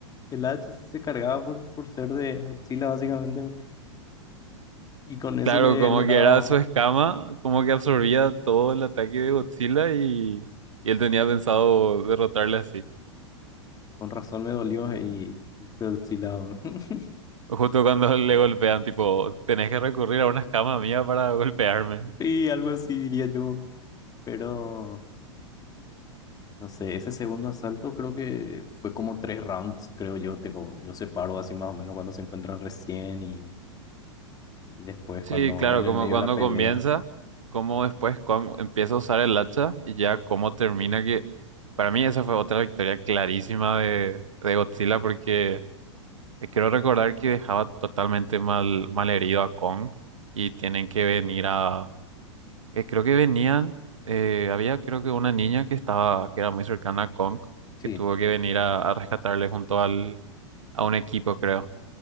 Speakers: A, on the left; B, on the right.
A: el hacha, sí se cargaba por, por ser de Godzilla básicamente. Y con eso
B: Claro,
A: le,
B: como
A: le
B: que
A: daba,
B: era su escama, como que absorbía todo el ataque de Godzilla y, y él tenía pensado derrotarle así.
A: con razón me dolió y Godzilla. <laughs>
B: Justo cuando <laughs> le golpean, tipo, tenés que recurrir a una escama mía para <laughs> golpearme.
A: Y algo así diría yo. Pero No sé, ese segundo asalto creo que fue como tres rounds, creo yo. Tengo, yo separo así más o menos cuando se encuentran recién y, y después
B: Sí,
A: cuando
B: claro,
A: en el
B: como
A: medio
B: cuando
A: de la pelea.
B: comienza, como después cuan- empieza a usar el hacha y ya cómo termina que para mí esa fue otra victoria clarísima de, de Godzilla porque eh, creo recordar que dejaba totalmente mal, mal herido a Kong y tienen que venir a eh, creo que venían eh, había creo que una niña que estaba que era muy cercana a Kong
A: Sí,
B: que tuvo que venir a, a rescatarle junto al a un equipo, creo.